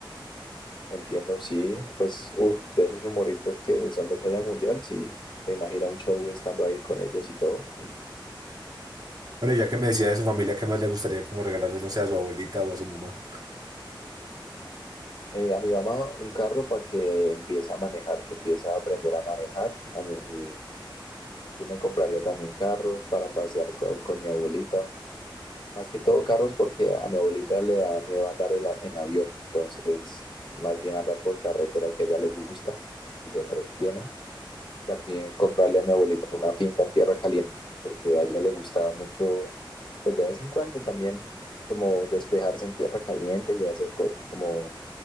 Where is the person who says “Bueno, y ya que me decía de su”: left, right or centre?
Right